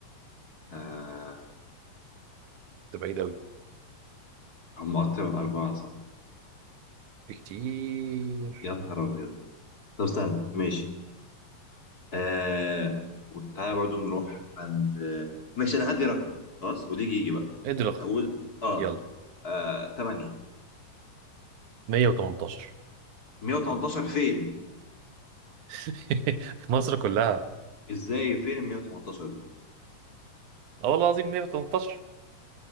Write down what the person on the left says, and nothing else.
آه،
هم أكتر من أربعة صح؟
يا نهار أبيض طب استنى ماشي آه وتعالى برضو نروح عند آه، ماشي انا هدي رقم خلاص واللي يجي يجي بقى
هقول اه,
آه 8
118 فين
ازاي فين ال 118 دول